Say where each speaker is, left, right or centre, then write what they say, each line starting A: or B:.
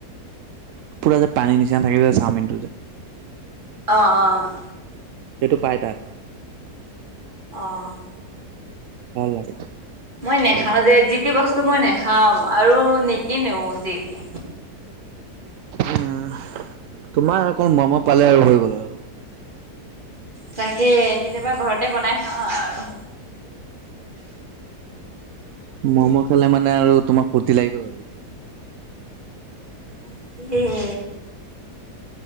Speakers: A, on the right (about 70°); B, on the right (about 30°).
A: পুৰা যে পানী নিচিনা থাকে যে চাওমিনটো যে।
B: অ, অ,
A: সেইটো পায় তাত।
B: অ',
A: ভাল লাগে।
B: মই নেখাওঁ
A: খাবলৈ
B: যে যি টি বস্তু মই নাখাওঁ আৰু নিকিনোও যি টি।
A: উ, তোমাৰ অকল মম পালে আৰু হৈ গ'ল আৰু।
B: তাকে কেতিয়াবা ঘৰতে বনাই খাওঁ আৰু।
A: ম'ম খালে মানে আৰু তোমাৰ ফূৰ্তি লাগি গ'ল আৰু।
B: <unintelligible>